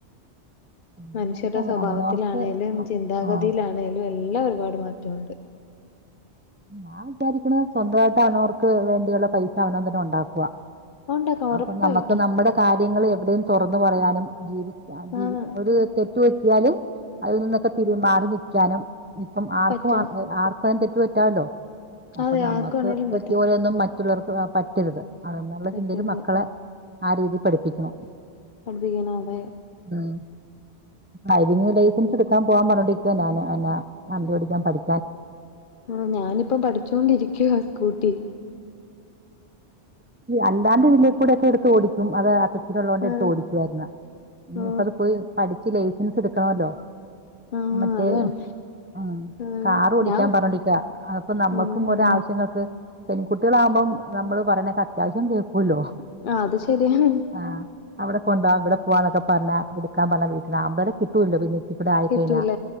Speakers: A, on the right (about 20°); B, on the left (about 55°).
A: സ്വന്തമായിട്ട്
B: മനുഷ്യരുടെ സ്വഭാവത്തിലാണേലും
A: അവനവർക്ക്
B: ചിന്താഗതിയിലാണേലും
A: ആഹ്
B: എല്ലാം ഒരുപാട് മാറ്റമുണ്ട്
A: ഞാൻ വിചാരിക്കുന്നത് സ്വന്തമായിട്ട് അവനവർക്ക് വേണ്ടിയുള്ള പൈസ അവനവൻ തന്നേ ഉണ്ടാക്കുക
B: ഉണ്ടാക്കാം ഉറപ്പായിട്ടും
A: അപ്പൊ നമുക്ക് നമ്മടെ കാര്യങ്ങൾ എവിടെയും തുറന്നു പറയാനും ജീവിക്കാൻ
B: ആന്ന്
A: ഒരു തെ റ്റ് പറ്റിയാല് അതിൽ നിന്നൊക്കെ ഇത്തിരി മാറി നിക്കാനും ഇപ്പം ആർക്കും
B: പറ്റും
A: ആർക്കും തെറ്റ് പറ്റാല്ലോ അപ്പൊ
B: അതെ
A: നമ്മുക്ക്
B: ആർക്ക് വേണേലും പറ്റാം
A: പറ്റിയപോലെ ഒന്നും മ മറ്റുള്ളവർക്ക് അങ്ങനെ പറ്റരുത് അതെന്നുള്ള ചിന്തയില്
B: പറ്റരുത്
A: മക്കളെ ആ രീതിയിൽ പഠിപ്പിക്കണം
B: പഠിപ്പിക്കണം അതെ
A: ആഹ് അതിനിടയില് ലൈസൻസ് എടുക്കാൻ പോവാൻ പറഞ്ഞോണ്ടിരിക്കുവ ഞാൻ എന്നാ വണ്ടി ഓടിക്കാൻ പഠി
B: ആഹ് ഞാനിപ്പം പഠിച്ചോണ്ടിരിക്കുവാ സ്കൂട്ടി
A: അല്ലാണ്ട് ഇതിലേ കൂടെ ഒക്കെ എടുത്ത് ഓടിക്കും അത് ഇത്ള്ളോണ്ടെട്ത്ത്
B: ആ
A: ഓടിക്കുവാര്ന്ന്. ഇനിയിപ്പം
B: ഓ
A: അത് പോയി പഠിച്ച് ലൈസൻസ് ഇട്ക്കണമല്ലോ.
B: ആ
A: മറ്റേ
B: അതാണ്
A: ഉം
B: ആ
A: കാറ് ഓടിക്കാൻ
B: ഞാൻ
A: പർഞ്ഞോണ്ടിക്കാ. അപ്പം നമ്മക്കും
B: ഉം
A: ഒരോ ആവശ്യങ്ങൾക്ക് പെൺകുട്ടിയാളാവുമ്പം നമ്മള് പറയണക്കെ അത്യാവശ്യം കേൾക്കൂല്ലോ
B: ആഹ് അത് ശരിയാ.
A: ആഹ് അവിടെ കൊണ്ടോവാ ഇവിടെ പോവാന്നൊക്കെ പർഞ്ഞാ എട്ക്കാൻ പർഞ്ഞ വീട്ടിന്ന് ആമ്പേരെ കിട്ടൂല്ലോ പിന്നെ ഇവിടെ ആയിക്കഴിഞ്ഞാ
B: കിട്ടൂല